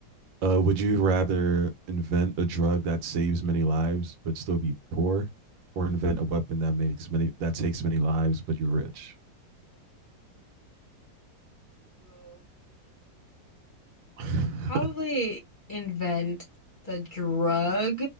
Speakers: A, on the right; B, on the left.
A: Uh, would you rather invent a drug that saves many lives but still be poor, or invent a weapon that makes many that takes many lives but you're rich?
B: So,
A: <laughs>
B: Probably invent the drug.